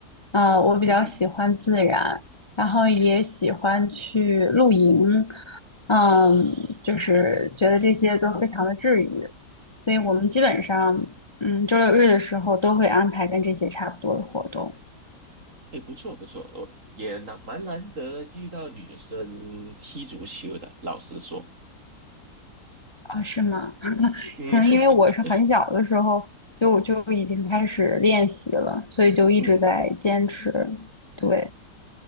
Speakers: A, on the left; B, on the right.
A: 啊、我比较喜欢自然，
B: 嗯。
A: 然后也喜欢去露营，嗯，就是觉得这些都非常的治愈。所以我们基本上，
B: 哇哦，
A: 嗯，周六日的时候都会安排跟这些差不多的活动
B: 哎，不错不错，我也难蛮难得遇到女生踢足球的，老实说，
A: 啊，是吗？<laughs> 可能因为我是很小的时候就就已经开始练习了，
B: 嗯 <laughs>
A: 所以就一直在坚持。
B: 嗯，
A: 对，